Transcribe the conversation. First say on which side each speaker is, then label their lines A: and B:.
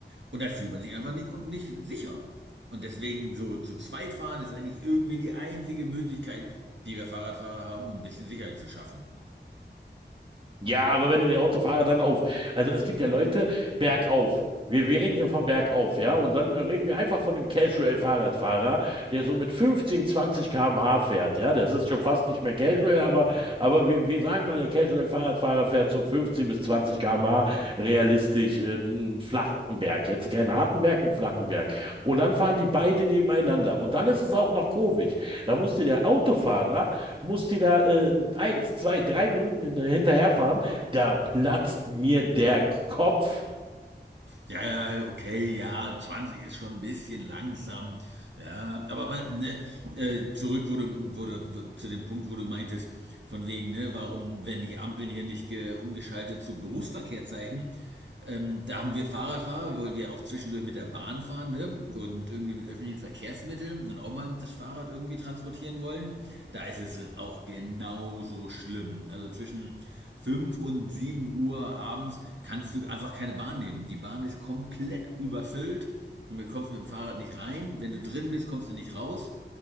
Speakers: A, on the right; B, on the right.
A: Und dann fühlt man sich einfach nicht, und nicht sicher. Und deswegen so zu zweit fahren ist eigentlich irgendwie die einzige Möglichkeit, die wir Fahrradfahrer haben, um ein bisschen Sicherheit zu schaffen.
B: Ja, aber wenn du den Autofahrer dann auf, also es gibt ja Leute bergauf. Wir, wir reden hier von bergauf, ja, und dann äh, reden wir einfach von dem Casual-Fahrradfahrer, der so mit 15, 20 km/h fährt, ja, das ist schon fast nicht mehr Casual, aber, aber wir, wir sagen mal, der Casual-Fahrradfahrer fährt so 15 bis 20 km/h realistisch äh, einen flachen Berg, jetzt keinen harten Berg, einen flachen Berg. Und dann fahren die beide nebeneinander und dann ist es auch noch kurvig. Da musste der Autofahrer musst dir da äh, eins, zwei, drei Minuten hinterherfahren, da platzt mir der Kopf.
A: ja, ja, okay, ja, 20 ist schon ein bisschen langsam. Ja, aber ne, äh, zurück wurde, wurde zu dem Punkt, wo du meintest, von wegen, ne, warum werden die Ampeln hier nicht ge- umgeschaltet zu Berufsverkehrszeichen? Ähm, da haben wir Fahrradfahrer, weil wir auch zwischendurch mit der Bahn fahren ne? und irgendwie mit öffentlichen Verkehrsmitteln und auch mal das Fahrrad irgendwie transportieren wollen. Da ist es auch genauso schlimm. Also zwischen 5 und 7 Uhr abends kannst du einfach keine Bahn nehmen. Die Bahn ist komplett überfüllt. Du kommst mit dem Fahrrad nicht rein. Wenn du drin bist, kommst du nicht raus.